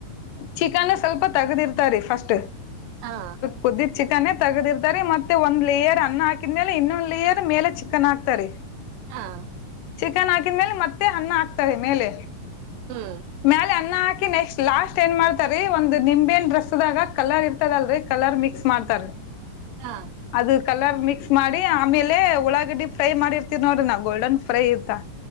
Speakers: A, on the left (about 80°); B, on the right (about 85°).
A: ಚಿಕನ್ ಸ್ವಲ್ಪ ತಗದಿರ್ತಾರ ರೀ ಫಸ್ಟ್.
B: ಹಾ.
A: ಕುದಿ ಚಿಕ್ಕನೇ ತಗದಿರ್ತಾರೆ ಮತ್ತೆಂದ ಲೇಯರ್ ಅನ್ನ ಹಾಕಿದ್ಮೇಲೆ ಇನ್ನೊಂದ್ ಲೇಯರ್ ಮೇಲೆ ಚಿಕನ್ ಹಾಕ್ತಾರಿ. ಹ.
B: ಹಾ.
A: ಚಿಕನ್ ಹಾಕಿದ್ಮೇಲೆ ಮತ್ತೆ ಅನ್ನ ಹಾಕ್ತಾರೆ ಮೇಲೆ.
B: ಹ್ಮ್.
A: ಮ್ಯಾಲೆ ಅನ್ನಾ ಹಾಕಿ ನೆಕ್ಸ್ಟ್ ಲಾಸ್ಟ್ ಏನ್ ಮಾಡ್ತಾರಿ ಒಂದು ನಿಂಬೆಹಣ್ಣಿನ ರಸದಾಗ ಕಲರ್ ಇರ್ತದಲ್ರರಿ ಕಲರ್ ಮಿಕ್ಸ್ ಮಾಡ್ತಾರ.
B: ಹಾ
A: ಅದು ಕಲರ್ ಮಿಕ್ಸ್ ಮಾಡಿ ಆಮೇಲೆ ಉಳ್ಳಾಗಡ್ಡಿ ಫ್ರೈ ಮಾಡಿರ್ತೀವಿ ನೋಡ್ರಿ ನಾವ ಗೋಲ್ಡನ್ ಫ್ರೈ ಇತ್ತಾ.